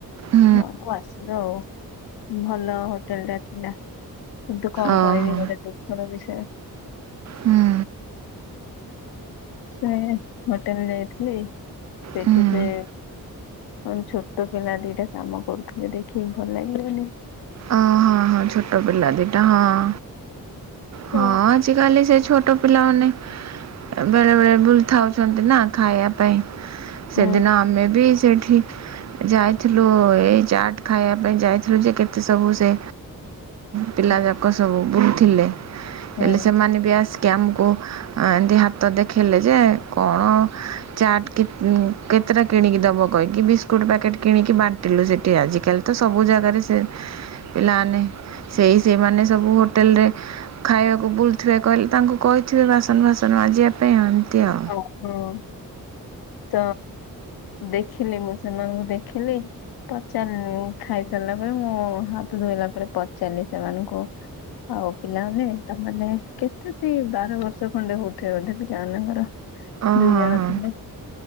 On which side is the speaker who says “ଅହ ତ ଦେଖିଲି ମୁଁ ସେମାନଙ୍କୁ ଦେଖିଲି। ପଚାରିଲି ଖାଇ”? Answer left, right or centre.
Left